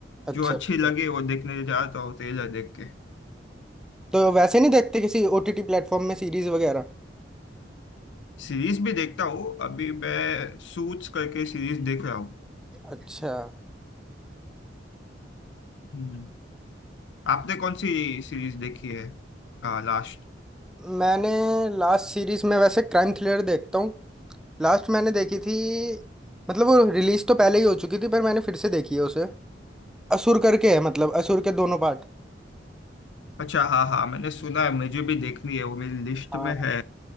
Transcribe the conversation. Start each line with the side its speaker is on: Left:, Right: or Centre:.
Centre: अच्छा
Left: जो अच्छी
Centre: अच्छा।
Left: लगे वो देखने जाता हूँ ट्रेलर देख के
Centre: तो वैसे नहीं देखते किसी ओटीटी प्लेटफॉर्म में सीरीज वगैरह
Left: सीरीज भी देखता हूँ अभी मैं सूट्स करके सीरीज देख रहा हूँ
Centre: अच्छा
Left: हम्म। आपने कौन सी सीरीज देखी है आ, लास्ट
Centre: मैंने लास्ट सीरीज में वैसे क्राइम थ्रिलर देखता हूँ लास्ट मैंने देखी थी मतलब वो रिलीज तो पहले ही हो चुकी थी पर मैंने फिर से देखी है उसे असुर करके है मतलब असुर के दोनों पार्ट
Left: अच्छा हाँ हाँ मैंने सुना है मुझे भी देखनी है वो मेरी लिस्ट
Centre: हाँ
Left: में है